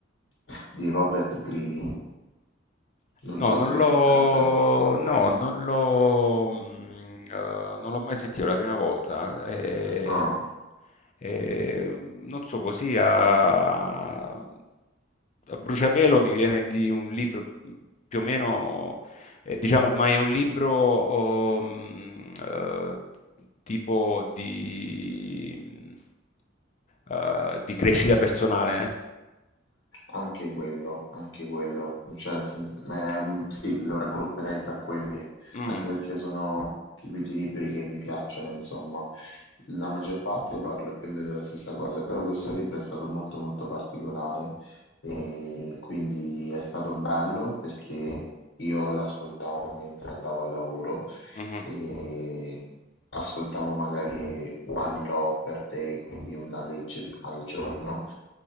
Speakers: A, on the left; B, on the left.
A: di Robert Greene, non
B: No,
A: so
B: non
A: se hai
B: l'ho,
A: presente.
B: no, non l'ho, mm, eh, non l'ho mai sentito è la prima volta. eh,
A: Ah.
B: eh, non so, così a, a bruciapelo mi viene di un libro più o meno, eh, diciamo, ma è un libro oh, mm, eh, tipo di, mm, eh, di crescita personale.
A: Anche quello, anche quello, cioè, nel senso- ma, ehm, sì, lo raggrupperei tra quelli,
B: eh? Mm,
A: anche perché sono tipi di libri che mi piacciono, insomma. La maggior parte parla più o meno della stessa cosa, però questo libro è stato molto molto particolare e quindi è stato bello perché io l'ascoltavo mentre andavo al lavoro
B: mhm.
A: e ascoltavo magari One Law per Day, quindi una legge al giorno,